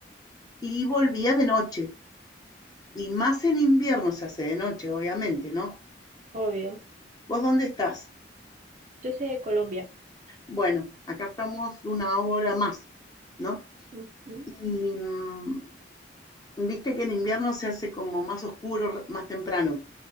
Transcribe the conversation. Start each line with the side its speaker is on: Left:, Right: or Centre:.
Left: y volvía de noche. Y más en invierno se hace de noche, obviamente, ¿no?
Right: obvio.
Left: ¿Vos dónde estás?
Right: Yo soy de Colombia.
Left: Bueno, acá estamos una hora más, ¿no?
Right: Ujú.
Left: Y mm, viste que en invierno se hace como más oscuro, más temprano.